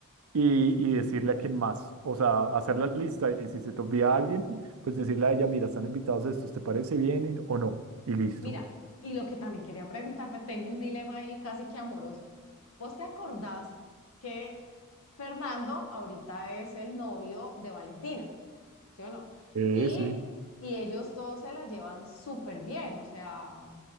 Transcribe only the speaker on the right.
y, y decirle a quien más, o sea, hacer la lista y si se te olvida alguien, pues decirle a ella, mira, están invitados estos, ¿te parece bien y- o no? Y listo.
Sí,
sí,